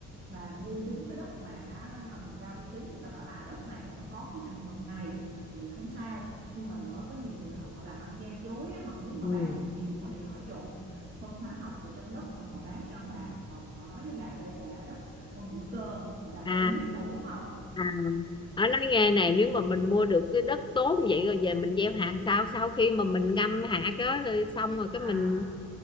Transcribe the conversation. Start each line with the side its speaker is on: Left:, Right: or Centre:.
Right: bà mua trúng cái đất mà người ta uy tín người ta bảo à đất này là nó có cái thành phần này thì không sao nhưng mà lỡ có nhiều người họ làm ăn gian dối họ muốn mà
Left: ừ.
Right: bán được nhiều quá thì họ trộn phân hóa học vào trong đất xong họ bán cho ông bà họ, họ nói với bà đây là đất phân hữu cơ bà
Left: à
Right: đâu có biết đâu đúng không
Left: À, ở nói nghe này nếu mà mình mua được cái đất tốt như vậy rồi về mình gieo hạt sau sau khi mà mình ngâm hạt đó rồi xong rồi
Right: à
Left: cái mình